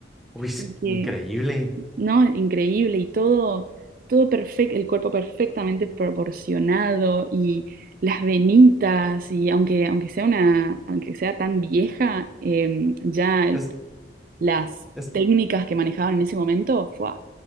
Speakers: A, in the centre; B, on the right.
A: Uy, es
B: Porque
A: increíble.
B: No, increíble y todo, todo perfecto, el cuerpo perfectamente proporcionado y las venitas y aunque, aunque sea una, aunque sea tan vieja, em, ya el-
A: Es-
B: las
A: es
B: técnicas que manejaban en ese momento, fue